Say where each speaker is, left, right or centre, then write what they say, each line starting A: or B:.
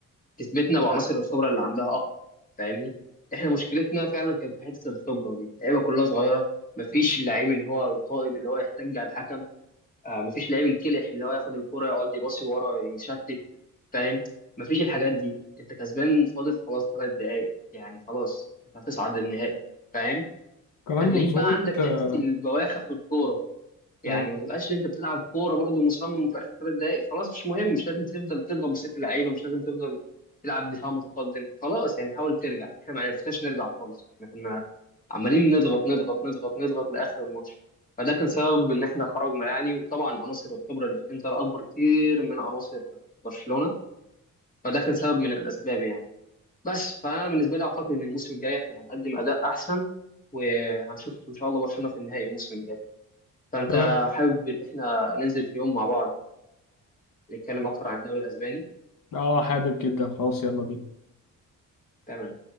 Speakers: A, on the left (about 25°); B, on the left (about 85°).
A: كسبتنا بعناصر الخبره اللي عندها اكتر فاهمني احنا مشكلتنا فعلا كان في حته الخبره دي اللعيبه كلها صغيره مفيش اللعيب اللي هو القائد اللي هو يحتج على الحكم آه، مفيش لعيب الكلح اللي هو ياخد الكرة يقعد يباصي ورا يشتت فاهم مفيش الحاجات دي انت كسبان فاضل خلاص ثلاث دقايق يعني خلاص انت هتصعد للنهائي فاهم
B: كمان
A: خليك
B: منظومة
A: بقى عندك
B: آه،
A: حتة البواخع في الكورة يعني
B: آه،
A: ما تبقاش انت بتلعب كوره برضو مصمم في اخر ثلاث دقائق خلاص مش مهم مش لازم تفضل تضغط بست لعيبه مش لازم تفضل تلعب دفاع متقدم خلاص يعني حاول ترجع احنا ما عرفناش نرجع خالص احنا كنا عمالين نضغط نضغط نضغط نضغط لاخر الماتش فده كان سبب ان احنا خرجنا يعني وطبعا عناصر الخبره اللي في انتر اكبر كتير من عناصر برشلونه فده كان سبب من الاسباب يعني بس فانا بالنسبه لي اعتقد ان الموسم الجاي احنا هنقدم اداء احسن وهنشوف ان شاء الله برشلونه في النهائي الموسم الجاي فأنت
B: تمام
A: حابب إن إحنا ننزل في يوم مع بعض نتكلم أكتر عن الدوري الأسباني
B: اه حابب جدا خلاص يلا بينا
A: تمام